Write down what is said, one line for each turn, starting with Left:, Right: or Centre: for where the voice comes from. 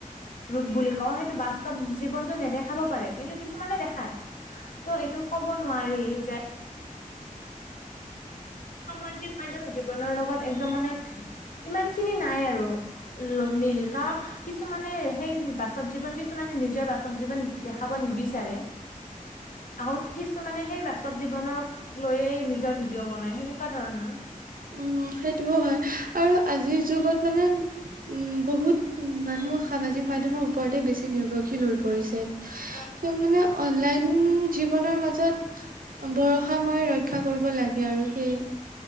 Left: ৰূপ বুলি কওঁ, সেইটো বাস্তৱ জীৱনটো নেদেখাব পাৰে, কিন্তু কিছুমানে দেখায়, ত' এইটো ক'ব নোৱাৰি যে সামাজিক মাধ্যম, জীৱনৰ লগত একদম মানে ইমান খিনি নাই আৰু। ল মিল কাৰণ কিছুমানে সেই নি বাস্তৱ জীৱন, কিছুমানে নিজৰ বাস্তৱ জীৱন দেখাব নিবিচাৰে। আকৌ খিছুমানে সেই বাস্তৱ জীৱনক লৈয়েই নিজৰ ভিডিঅ' বনাই, সেনেক কুৱা ধৰণৰ।
Right: উম, সেইটোও হয়, আৰু আজিৰ যুগত মানে উম, বহুত মানুহ সামাজিক মাধ্যমৰ ওপৰতেই বেছি নিৰ্ভৰশীল হৈ পৰিছে। <unintelligible>
Left: অ
Right: মানে অনলাইন জীৱনৰ মাজত ভৰষাময় ৰক্ষা কৰিব লাগে আৰু সেইয়েই।